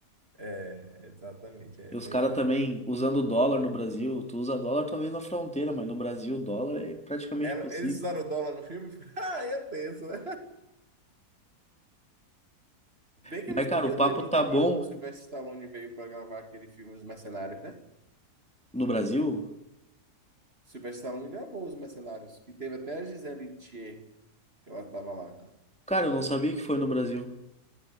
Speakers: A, on the right (about 40°); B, in the centre.
A: É, exatamente. É
B: E
A: bem.
B: os caras também usando dólar no Brasil. Tu usa dólar talvez na fronteira, mas no Brasil o dólar é praticamente
A: Ela-
B: impossível.
A: eles usaram o dólar no filme? <laughs> Ah, ia tenso, né? Bem
B: Mas,
A: que eles
B: cara,
A: podiam
B: o papo
A: ter vindo
B: tá
A: aqui
B: bom
A: como o Sylvester Stallone veio para gravar aquele filme Os Mercenários, né?
B: no Brasil?
A: Sylvester Stallone gravou Os Mercenários, que teve até a Gisele Thier, que ela estava lá.
B: Cara, eu não sabia que foi no Brasil.